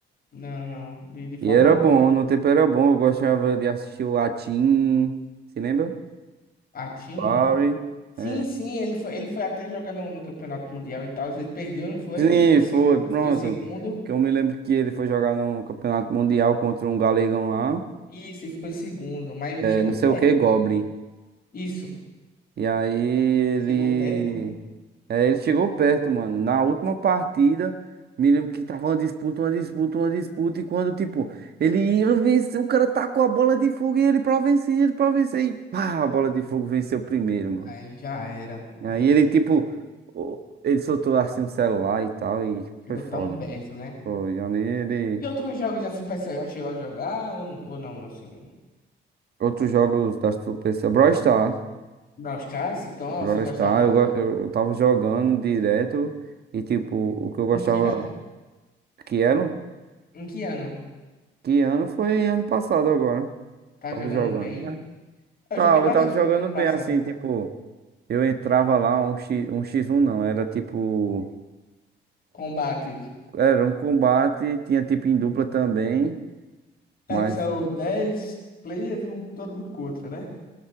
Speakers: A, on the left; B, on the right.
A: Não, não, de, de forma
B: E era
A: alguma.
B: bom, no tempo era bom. Eu gostava de assistir o Latim. Se lembra?
A: A Tim?
B: Power.
A: Sim,
B: É.
A: sim, ele foi, ele foi até jogar no, no Campeonato Mundial e tal, ele perdeu, não foi?
B: Sim,
A: E ficou, em se-
B: foi,
A: e
B: pronto.
A: ficou em segundo.
B: Que eu me lembro que ele foi jogar no Campeonato Mundial contra um galegão lá.
A: Isso, ele ficou em segundo, mas
B: É,
A: chegou
B: não
A: perto,
B: sei o que, Goblin.
A: né? Isso,
B: E aí ele.
A: chegou perto, mas
B: É, ele chegou perto, mano. Na última partida, me lembro que tava uma disputa, uma disputa, uma disputa. E quando, tipo, ele ia vencer, o cara tacou a bola de fogo e ele pra vencer, ele pra vencer. E pá, a bola de fogo venceu primeiro, mano.
A: aí já era, mas
B: E aí ele, tipo, o- ele soltou assim um celular e tal. E
A: chegou
B: foi foda.
A: tão perto, né?
B: Foi. Ali ele.
A: E outros jogos da Supercell já chegou a jogar ou, ou não, assim?
B: Outros jogos da PC. Brawl Stars.
A: Brawl Stars? Nossa,
B: Brawl
A: eu gostava
B: Stars,
A: então.
B: eu, go- eu tava jogando direto. E, tipo, o que eu gostava.
A: Em que ano?
B: Que era?
A: Em que ano?
B: Que ano foi ano passado agora.
A: Tá
B: Tava
A: jogando
B: jogando,
A: bem?
B: né?
A: Eu
B: Tava,
A: joguei bastante
B: tava jogando
A: também no
B: bem,
A: passado,
B: assim,
A: então.
B: tipo, eu entrava lá, um X, um X1 não, era tipo,
A: Combate.
B: era um combate, tinha tipo em dupla também,
A: É
B: mas,
A: que são 10 players, um todo mundo contra, né?